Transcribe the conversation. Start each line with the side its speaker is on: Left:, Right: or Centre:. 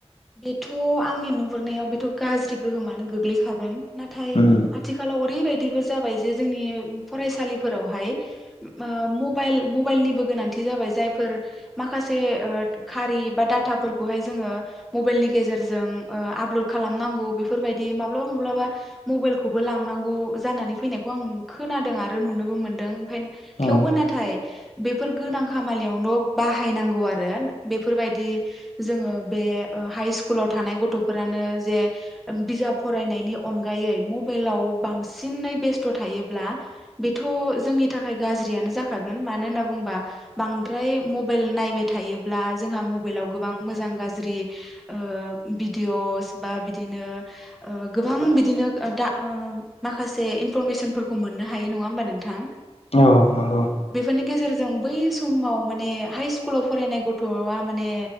Centre: बेथ' आंनि नुहुरनायाव बेथ' गाज्रि गोहोमानो गोग्लैखागोन। नाथाय
Left: उम
Centre: आथिखालाव ओरैबाय बेबो जाबाय जे जोंनि फरायसालिफोरावहाय उम ओ मबाइल मबाइलनिबो गोनांथि जाबाय जायफोर माखासे ओ खारि बा डाटाफोरखौहाय जोङो मबाइलनि गेजेरजों ओ आपलड खालामनांगौ बेफोरबायदि माब्लाबा-माब्लाबा मबाइलखौबो लांनांगौ जानानै फैनायखौ आं खोनादों आरो नुनोबो मोनदों। फेन
Left: औ
Centre: थेवबो नाथाय। बेफोर गोनां खामालियावल' बाहायनांगौ आरो बेफोरबायदि जोङो बे ओ हाइ स्कुलाव थानाय गथ'फोरानो जे बिजाब फरायनायनि अनगायै मबाइलाव बांसिनै बेस्थ' थायोब्ला बेथ' जोंनि थाखाय गाज्रियानो जाखागोन मानो होनना बुंङोबा बांद्राय मबाइल नायबाय थायोब्ला जोंहा मबाइलाव गोबां मोजां गाज्रि ओ भिडिअस बा बिदिनो ओ गोबां बिदिनो दा ओ माखासे इनफरमेसनफोरखौ मोननो हायो नङा होमबा नोंथां।
Left: औ नंगौ
Centre: बेफोरनि गेजेरजों बै समाव माने हाइ स्कुलाव फरायनाय गथ'आ माने